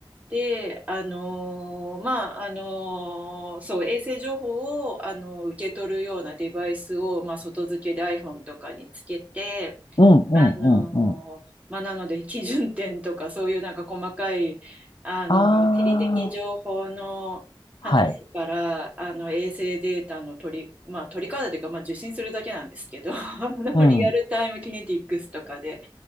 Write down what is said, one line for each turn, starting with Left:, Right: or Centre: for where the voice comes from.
Right: で、あのーまあ、あのーそう、衛星情報を、あのー受け取るようなデバイスを、まあ、外付けで iPhone とかにつけて、
Left: うんうんうんうん。
Right: あのーまあ、なので、基準点とか、そういうなんか細かい、あのー地理的情報の話から、
Left: ああ、はい。
Right: あの、衛星データの取り、まあ、取り方というか、まあ、受信するだけなんですけど、<laughs> あのリアルタイムキネティックスとかで、
Left: うん、